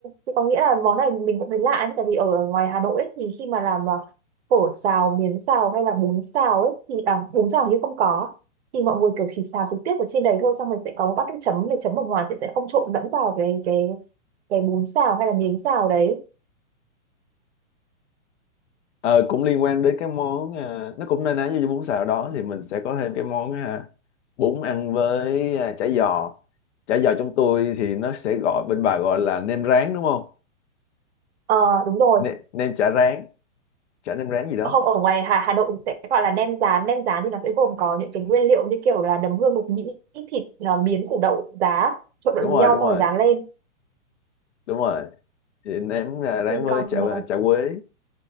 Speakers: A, on the right; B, on the left.
A: thì có nghĩa là món này mình cũng thấy lạ ấy, tại vì ở ngoài Hà Nội ấy, thì khi mà làm à, phở xào, miến xào hay là bún xào ấy thì à, bún xào hình như không có. Thì mọi người kiểu chỉ xào trực tiếp ở trên đấy thôi xong mình sẽ có một bát nước chấm để chấm ở ngoài thì sẽ không trộn lẫn vào cái cái cái bún xào hay là miến xào đấy.
B: Ờ, cũng liên quan đến cái món à, nó cũng na ná như bún xào đó thì mình sẽ có thêm cái món à, bún ăn với à, chả giò chả giò trong tôi thì nó sẽ gọi bên bà gọi là nem rán đúng không
A: Ờ đúng rồi.
B: nem, nem chả rán chả nem rán gì đó
A: không ở ngoài Hà Hà Nội thì sẽ gọi là nem rán nem rán thì nó sẽ gồm có những cái nguyên liệu như kiểu là đấm hương mộc nhĩ thịt à, miến củ đậu giá trộn lẫn
B: đúng rồi
A: với nhau
B: đúng
A: xong
B: rồi
A: rồi rán lên
B: đúng rồi thì nem à, rán
A: thì
B: với
A: còn
B: chả
A: ờ,
B: chả quế